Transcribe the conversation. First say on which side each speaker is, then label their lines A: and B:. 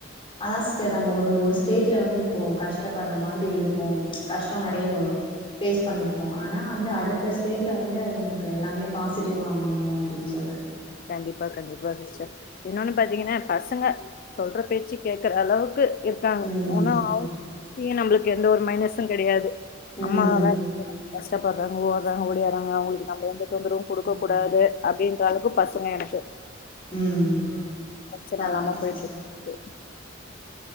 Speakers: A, on the left (about 30°); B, on the left (about 45°).
A: அதா சிஸ்டர் நம்ம ஒரு ஒரு ஸ்டேட்ல வந்து இப்போ கஷ்டப்படுற மாதிரி இருப் ப்போ கஷ்டோ நறைய
B: ம்
A: வரு ஃபேஸ் பண்ணிருப்போ
B: ம்.
A: ஆனா வந்து அடுத்த ஸ்டேட்ல வந்து அது நமக்கு எல்லாமே பாசிட்டிவ்வா அமையு அப்டின் சொல்றே
B: கண்டிப்பா கண்டிப்பா சிஸ்டர் இன்னொன்னு பாத்தீங்கன்னா பசங்க சொல்ற பேச்சு கேக்கற அளவுக் கு இருக்காங்க
A: ம்.
B: முன்னோ அவுங்
A: அ
B: <inaudible> நம்ளுக்கு எந்த ஒரு மைனஸு கெடையாது
A: ம்.
B: அம்மா வேலைக்கி போறாங்க கஷ்டப்படுறாங்க ஓடுறாங்க ஒடியாறாங்க அவங்களுக்கு நம்ம எந்த தொந்தரவு குடுக்க
A: ம்.
B: கூடாது அப்டின்ற அளவுக்கு பசங்க எனக்கு
A: ம்
B: பிரச்சன
A: பரவால்ல
B: இல்லாம போயிட்டு
A: சிஸ்டர்
B: இருக்கு